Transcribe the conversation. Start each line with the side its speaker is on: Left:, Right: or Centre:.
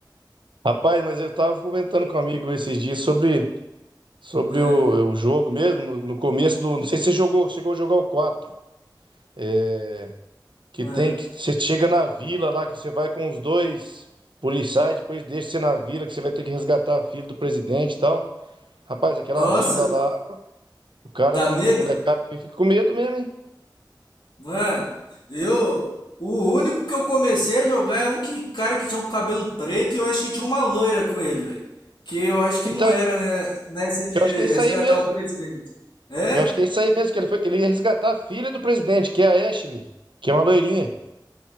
Right: Rapaz, mas eu tava comentando com um amigo esses dias sobre, sobre
Left: É,
Right: o, o jogo mesmo, no, no começo do. Não sei se você jogou, chegou a jogar o quatro É, Que
Left: é.
Right: tem que você chega na vila lá, que você vai com os dois policiais, depois deixa você na vila, que você vai ter que resgatar a filha do presidente e tal. Rapaz, aquela
Left: Nossa,
Right: vila lá, o cara,
Left: dá
Right: o
Left: medo?
Right: molecada também fica com medo mesmo, hein?
Left: Mano, eu. O único que eu comecei a jogar é um que, cara que tinha um cabelo preto e eu acho que tinha uma loira com ele, velho. Que eu acho que
Right: Então,
Left: não era, né? Nessa de
Right: eu acho que é isso
Left: resgatar
Right: aí mesmo.
Left: o presidente. É?
Right: Eu acho que é isso aí mesmo, que ele foi, ele ia resgatar a filha do presidente, que é a Ashley, que é uma loirinha.